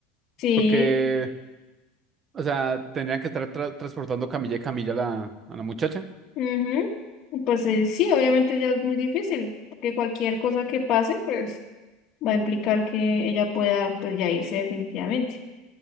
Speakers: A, on the left (about 40°); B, on the right (about 25°).
A: Sí.
B: porque, o sea, tendrían que estar tra- transportando camilla y camilla a la, a la muchacha.
A: Ujú. Pues eh, sí, obviamente ya es muy difícil, porque cualquier cosa que pase, pues va a implicar que ella pueda pues ya irse definitivamente.